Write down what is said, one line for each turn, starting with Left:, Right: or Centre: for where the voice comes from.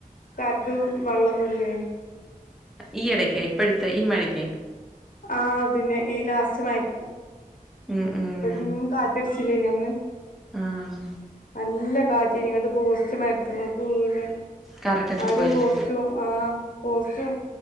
Left: കറണ്ടും വെള്ളമൊന്നും ഇല്ലേനു.
Centre: ഈ ഇടയ്ക്ക് ഇപ്പഴത്തെ ഈ മഴയ്ക്ക്.
Left: ആഹ് അതിനെ ഈ ലാസ്റ്റ് മഴയ്ക്ക്.
Centre: ഉം ഉം
Left: പേരും കാറ്റടിച്ചില്ലേനി അന്ന്
Centre: ആഹ്
Left: നല്ല കാറ്റ് ഇങ്ങോട്ട് പോസ്റ്റ് മര മരത്തുമ്മയ്ക്ക് വീണ്
Centre: കറണ്ടൊക്കെ
Left: ആരും
Centre: പോയില്ലേ
Left: പോസ്റ്റും. ആഹ് പോസ്റ്റും